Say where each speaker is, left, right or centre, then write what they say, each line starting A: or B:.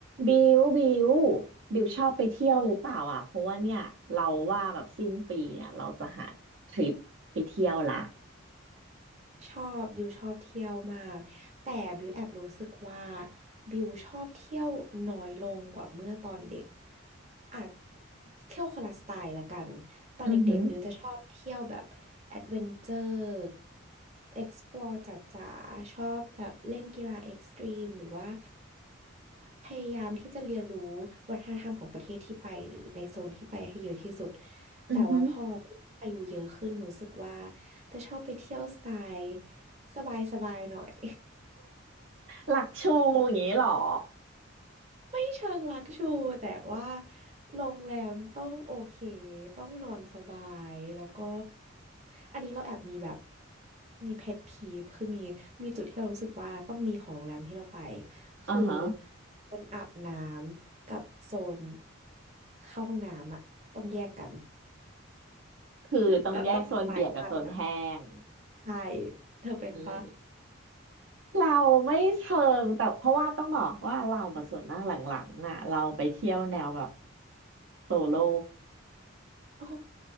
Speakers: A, on the right; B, on the right.
A: บิวบิวบิวชอบไปเที่ยวหรือเปล่าอ่ะเพราะว่าเนี่ยเราว่าแบบสิ้นปีเนี่ยเราจะหาทริปไปเที่ยวละ
B: ชอบบิวชอบเที่ยวมากแต่บิวแอบรู้สึกว่าบิวชอบเที่ยวน้อยลงกว่าเมื่อตอนเด็ก อาจเที่ยวคนละสไตล์ละกันตอนเด็กๆบิวจะชอบเที่ยวแบบแอดเวนเจอร์
A: อือหือ
B: explore จ๋าๆชอบแบบเล่นกีฬาเอ็กซ์ตรีมหรือว่าพยายามที่จะเรียนรู้วัฒนธรรมของประเทศที่ไปหรือในโซนที่ไปให้เยอะที่สุด
A: อือหือ
B: แต่ว่าพออายุเยอะขึ้นรู้สึกว่าจะชอบไปเที่ยวสไตล์สบายๆหน่อย
A: หลักชูอย่างนี้เหรอ
B: ไม่เชิงลักชูแต่ว่าโรงแรมต้องโอเคต้องนอนสบายแล้วก็อันนี้เราแอบมีแบบมีเพทพีฟคือมีมีจุดที่เรารู้สึกว่าต้องมีของโรงแรมที่เราไป
A: อ่าฮะ
B: คือโซนอาบน้ำกับโซนเข้าห้องน้ำอะต้องแยกกัน
A: คือต้องแยกโซนเปียกกับโซนแห้ง
B: <laughs> แบบต้องมีไม้กั้นอะใช่เธอเป็นปะ
A: อืมเราไม่เชิงแต่เพราะว่าต้องบอกว่าเรามาส่วนมากหลังๆอ่ะเราไปเที่ยวแนวแบบโซโล่
B: อ๋อ